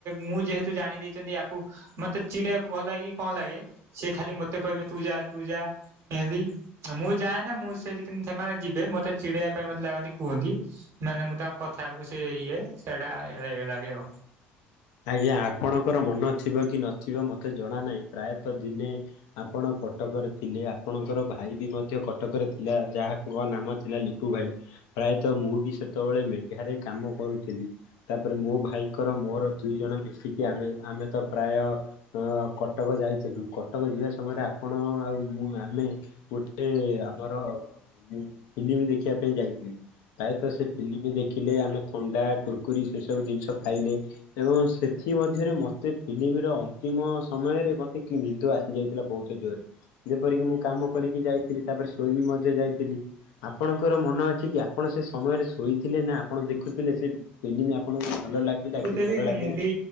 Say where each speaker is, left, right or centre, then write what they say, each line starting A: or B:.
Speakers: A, on the right; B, on the left.
A: ମୁଁ ଯେହେତୁ ଜାଣି ଦେଇେଇଛନ୍ତି ୟାକୁ ମତେ ଚିଡଆକୁ ଭଲ ଲାଗେ କଣ ଲାଗେ ସିଏ ଖାଲି ମତେ କହିବେ ତୁ ଯା ତୁ ଯା ଏମତି ମୁଁ ଯାଏ ନା ମୁଁ ସେଠି ସେମାନେ ଯିବେ ମତେ ଚିଡେଇବା ପାଇଁ ମତେ ଲାଗନ୍ତି କୁହନ୍ତି ମାନେ ମୁଁ ତାଙ୍କ କଥାକୁ ସେ ଇଏ ସେଇଟା ଲାଗେ ଆଉ
B: ଆଜ୍ଞା ଆପଣଙ୍କର ମନ ଥିବ କି ନଥିବ ମତେ ଜଣା ନାହିଁ ପ୍ରାୟତଃ ଦିନେ ଆପଣ କଟକରେ ଥିଲେ ଆପଣଙ୍କର ଭାଇ ବି ମଧ୍ୟ କଟକରେ ଥିଲା ଯାହା <inaudible> ନାମ ଥିଲା ଲିଟୁ ଭାଇ ପ୍ରାୟତଃ ମୁଁ ବି ସେତେବେଳେ ମେଘାରେ କାମ କରୁଥିଲି ତାପରେ ମୋ ଭାଇଙ୍କର ମୋର ଦୁଇ ଜଣ ମିଶିକି ଆମେ ଆମେ ତ ପ୍ରାୟ ଅ କଟକ ଯାଇଥିଲୁ କଟକ ଯିବା ସମୟରେ ଆପଣ ଆଉ ମୁଁ ଆମେ ଗୋଟେ ଆମର ମୁଁ ଫିଲ୍ମ ଦେଖିବା ପାଇଁ ଯାଇଥିଲେ ପ୍ରାୟତଃ ସେ ଫିଲ୍ମ ଦେଖିଲେ ଆମେ ଥଣ୍ଡା କୁୁରକୁରି ସେ ସବୁ ଜିନିଷ ଖାଇଲେ ଏବଂ ସେଥି ମଧ୍ୟରେ ମୋତେ ଫିଲ୍ମର ଅନ୍ତିମ ସମୟରେ ମୋତେ କି ନିଦ ଆସ ଯାଇଥିଲା ବହୁତ ଜୋରରେ ଯେପରିକ ମୁଁ କାମ କରିକି ଯାଇଥିଲି ତାପରେ ଶୋଇବି ମଧ୍ୟ ଯାଇଥିଲି ଆପଣଙ୍କର ମନ ଅଛି କି ଆପଣ ସେ ସମୟରେ ଶୋଇଥିଲେ ନା ଆପଣ ଦେଖୁଥିଲେ ସେ ଫିଲ୍ମ? ଆପଣଙ୍କୁ ଭଲ ଲାଗିଲା କି
A: ଆକ୍‌ଚାଲି
B: ଭଲ ଲାଗିଲାନି
A: ମୁଭି